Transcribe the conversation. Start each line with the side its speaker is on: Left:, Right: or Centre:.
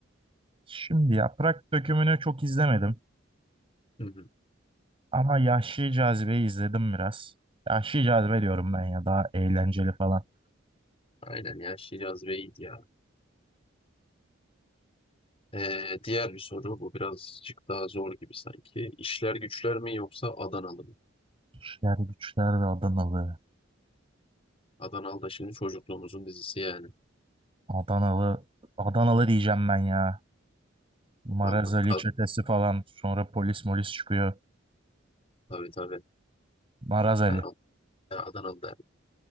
Right: Şimdi Yaprak Dökümü'nü çok izlemedim.
Left: Hı hı.
Right: Ama Yahşi Cazibe'yi izledim biraz. Yahşi Cazibe diyorum ben ya daha eğlenceli falan.
Left: Aynen yahşi cazibe iyiydi ya. Ee, diğer bir soru bu birazcık daha zor gibi sanki. İşler güçler mi yoksa Adanalı mı?
Right: İşler Güçler ve Adanalı.
Left: Adanalı da şimdi çocukluğumuzun dizisi yani.
Right: Adanalı. Adanalı diyeceğim ben ya. Maraz
Left: Adanalı.
Right: Ali
Left: Ka-
Right: çetesi falan. Sonra polis molis çıkıyor.
Left: Tabii tabii.
Right: Maraz Ali.
Left: Ben Ad- Adanalı derdim.